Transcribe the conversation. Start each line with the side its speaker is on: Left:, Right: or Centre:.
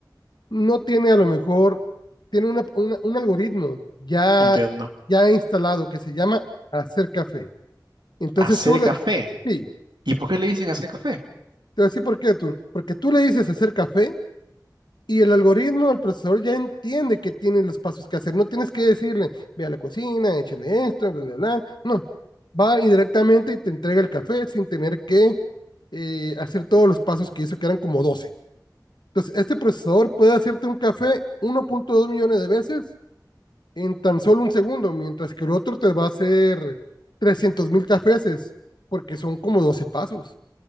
Left: no tiene a lo mejor, tiene una- una- un algoritmo ya,
Right: entiendo.
Left: ya instalado que se llama hacer café. Entonces
Right: Hacer
Left: tú le,
Right: café.
Left: sí, te
Right: ¿Y por qué le dicen hacer café?
Left: voy a decir por qué, Tur, porque tú le dices hacer café y el algoritmo, el procesador ya entiende que tiene los pasos que hacer. No tienes que decirle, ve a la cocina, échale esto, bla, bla, bla. No, va indirectamente y te entrega el café sin tener que eh, hacer todos los pasos que hizo, que eran como doce Entonces, este procesador puede hacerte un café uno punto dos millones de veces en tan solo un segundo, mientras que el otro te va a hacer trescientos mil cafés, porque son como 12 pasos.